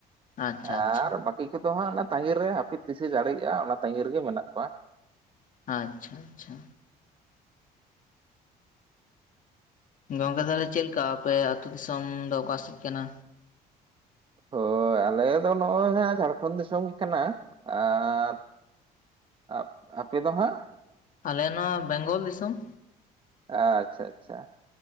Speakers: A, on the left; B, on the right.
A: ᱟᱪᱪᱷᱟ
B: ᱟᱨ
A: ᱟᱪᱪᱷᱟ
B: ᱵᱟᱹᱠᱤ ᱠᱚᱫᱚ ᱦᱟᱸᱜ ᱱᱟ ᱛᱟᱸᱜᱤ ᱨᱮ, ᱦᱟᱯᱤ ᱛᱤᱥᱮ ᱡᱟᱲᱤᱭᱮᱜᱼᱟ, ᱚᱱᱟ ᱛᱟᱸᱜᱤ ᱨᱮᱜᱮ ᱢᱮᱱᱟᱜ ᱠᱚᱣᱟ᱾
A: ᱟᱪᱪᱷᱟ-ᱪᱷᱟ! ᱜᱚᱝᱠᱮ, ᱛᱷᱟᱞᱮ ᱪᱮᱞᱠᱟ ᱟᱯᱮ ᱟᱛᱩ ᱫᱤᱥᱚᱢ ᱫᱚ, ᱚᱠᱟ ᱥᱮᱡ ᱠᱟᱱᱟ?
B: ᱦᱳᱭ, ᱟᱞᱮ ᱫᱚ ᱱᱚᱜᱼᱚᱭ ᱦᱟᱸᱜ 'ᱡᱷᱟᱲᱠᱷᱚᱱ' ᱫᱤᱥᱚᱢ ᱜᱮ ᱠᱟᱱᱟ ᱟᱨ ᱟᱯ ᱟᱯᱮ ᱫᱚ ᱦᱟᱸᱜ?
A: ᱟᱞᱮ ᱱᱚ 'ᱵᱮᱝᱜᱚᱞ ᱫᱤᱥᱚᱢ'᱾
B: ᱟᱪᱪᱷᱟ-ᱪᱷᱟ᱾